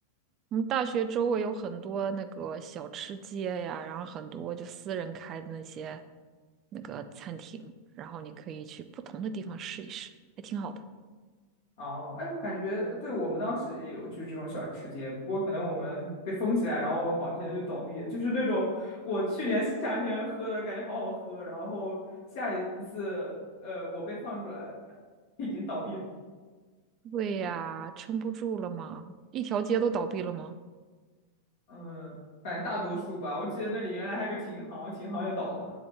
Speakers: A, on the right; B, on the left.
A: 我们大学周围有很多那个小吃街呀，然后很多就私人开的那些那个餐厅，然后你可以去不同的地方试一试，还挺好的。
B: 哦，哎，我感觉对我们当时也有就是这种小吃街，不过可能我们被封起来，然后好些就倒闭了，就是那种我去年夏天喝的感觉好好喝，然后下一次呃我被放出来已经倒闭了，
A: 对呀，撑不住了吗？一条街都倒闭了吗？
B: 嗯，反正大多数吧，我记得那里原来还有个琴行，琴行也倒了，